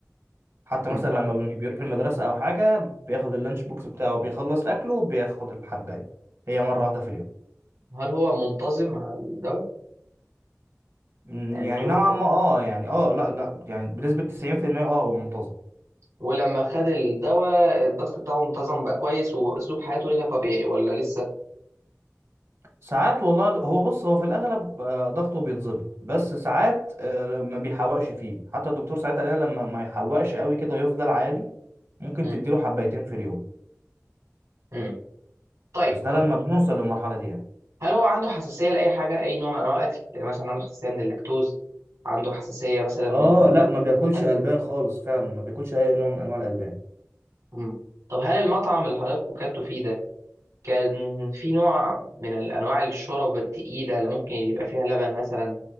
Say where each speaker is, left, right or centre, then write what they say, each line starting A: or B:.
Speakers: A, on the right (about 55°); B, on the right (about 85°).
A: حتى
B: مم.
A: مثلا لما بي- بيروح المدرسه او حاجه بياخد اللانش بوكس بتاعه بيخلص اكله بياخد الحبايه هي مره واحده في اليوم
B: هل هو منتظم على الدواء
A: م،
B: يعني
A: يعني
B: انتوا
A: نوعا ما اه يعني اه لا لا يعني بنسبه 90% اه هو منتظم
B: ولما خد الدواء الضغط بتاعه انتظم بقى كويس واسلوب حياته رجع طبيعي ولا لسه
A: ساعات والله د- هو بص هو في الاغلب آه، ضغطه بيتظبط بس ساعات آه، ما بيحوقش فيه حتى الدكتور ساعات قال لنا لما ما يحوقش قوي كده يفضل عالي ممكن
B: مم.
A: تديله حبايتين في اليوم
B: مم. طيب
A: بس ده لما بنوصل للمرحله دي يعني
B: هل هو عنده حساسيه لاي حاجه اي نوع من انواع الاكل يعني مثلا عنده حساسيه من اللاكتوز عنده حساسيه مثلا من
A: اه لا ما بياكلش
B: الفاكهه
A: البان خالص فعلا ما بياكلش اي نوع من انواع الالبان
B: مم. طب هل المطعم اللي حضرتك وكلته فيه ده كان في نوع من الأنواع الشرب التقيلة اللي ممكن يبقى فيها لبن مثلا